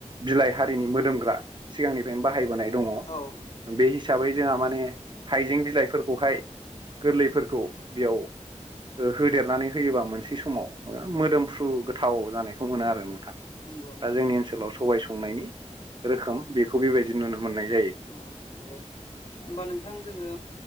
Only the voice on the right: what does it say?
बिलाइ हारिनि मोदोमग्रा सिगांनिफ्रायनो बाहायबोनाय दङ
बे हिसाबै जोंहा माने हाइजें बिलाइफोरखौहाय गोरलैफोरखौ बियाव होहोदेरनानै होयोबा मोनसे समाव मोदोमफ्रु गोथाव जानायखौ मोनो आरो नोंथां। दा
जोंनि ओनसोलाव सबाय संनायनि रोखोम बेखौ बेबायदि नुनो मोननाय जायो